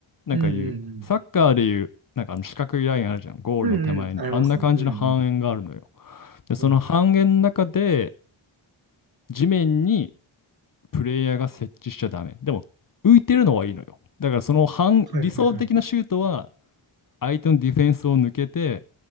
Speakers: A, on the left; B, on the right.
A: なんかいう、
B: うんうんうん。
A: サッカーでいう、なんかあの四角いラインあるじゃん。ゴールの手前に。
B: うんうん。ありますね。
A: あんな感じの半円があるのよ。
B: うんうん。
A: で、その半円の中で
B: うん。
A: 地面にプレイヤーが設置しちゃダメ。でも浮いてるのはいいのよ。だからその半、
B: はいはいはい。
A: 理想的なシュートは相手のディフェンスを抜けて、